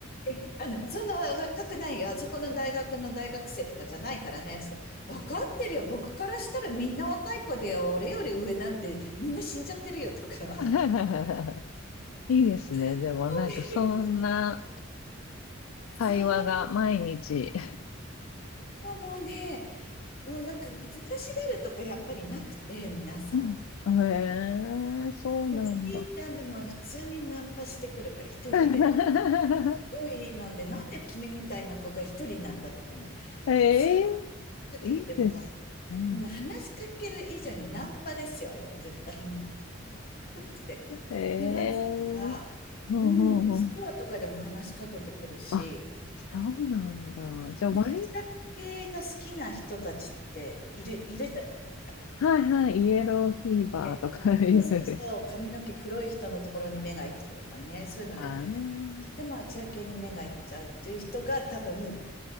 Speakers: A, on the left; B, on the left.
A: えあの、そんな若くないよ。あそこの大学の大学生とかじゃないからね。つってわかってるよ。僕からしたらみんな若い子でよ。俺より上なんてみんな死んじゃってるよとか。
B: <laughs> いいですね。
A: <laughs> そ
B: でもなんかそんな
A: ういうそ
B: 会話が毎日。
A: う、もうね、もうなんか恥ずかしがるとかやっぱりなくて、皆さん。
B: うんへえ、そうなんだ。
A: もうじいちゃんでも普通にナンパしてくるから、一人でコ
B: <laughs>
A: ーヒー飲んで、なんで君みたいな子が一人なんだとかね。
B: ええ、
A: 普通にかけても、
B: いいですね。
A: うん話しかける以上にナンパですよ、あれは絶対。もう、こっちで。
B: <laughs> ええ、
A: 目立つから、
B: ほうほうほう。
A: うん、ストアとかでも話しかけてくるし、
B: あ、そうなんだ。じゃあ、
A: まあ、
B: 割り、
A: 自宅系が好きな人たちっている、いるじゃないですか。
B: はいはい、イエローフィーバーとか
A: でそうそうそう、
B: <laughs> いう。
A: 髪の毛黒い人のところに目が行くとかね、そういうので、
B: あー
A: とてもアジア系に目が行っちゃうっていう人が多分、